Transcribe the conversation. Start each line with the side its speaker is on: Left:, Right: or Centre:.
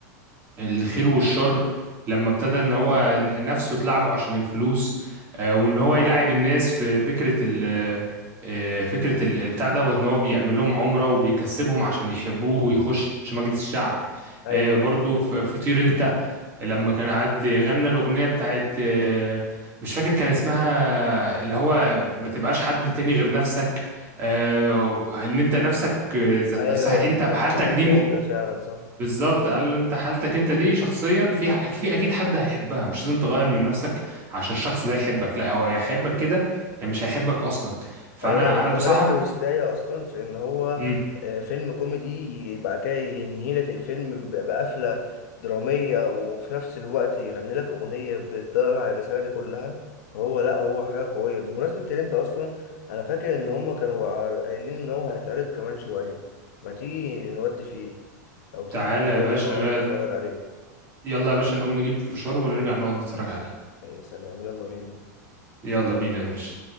Right: الخير والشر لما ابتدى ان هو نفسه تلعبه عشان الفلوس آه، وان هو يلعب الناس في فكرة ال آه، فكرة ال- بتاع دوت ان هو بيعمل لهم عمرة وبيكسبهم عشان يحبوه ويخش مجلس الشعب
Left: أيوه
Right: آه، برضو في في طير انت لما كان قاعد غنى الأغنية بتاعت آه، مش فاكر كان اسمها اللي هو ما تبقاش حد تاني غير نفسك آه، ان انت نفسك آه، ذات
Left: أيوه
Right: نفسها انت
Left: بتاع
Right: في حالتك
Left: فيلم
Right: دي
Left: تير أنت فعلا صح
Right: بالظبط قال له انت حالتك انت دي شخصيا في في اكيد حد هيحبها مش لازم تغير من نفسك عشان الشخص ده يحبك لا هو يا يحبك كده يا مش هيحبك اصلا فانا
Left: ايوه وكمان
Right: انا بصاحب
Left: التويستاية اصلا في ان هو
Right: امم
Left: آه، فيلم كوميدي يبقى كده ينهي لك الفيلم ب- بقفله دراميه وفي نفس الوقت يغني لك اغنيه بتطلع الرساله دي كلها فهو لا هو حاجه قويه بمناسبه ترنت اصلا انا فاكر ان هما كانوا عار- قايلين ان هو هيتعرض كمان شويه ما تيجي نودي فيه او تيجي
Right: تعالى
Left: لي كده
Right: يا باشا
Left: ونقعد نتفرج عليه
Right: يلا يا باشا نقوم نجيب فشار ونرجع نقعد نتفرج عليه
Left: يا سلام يلا بينا
Right: يلا بينا يا باشا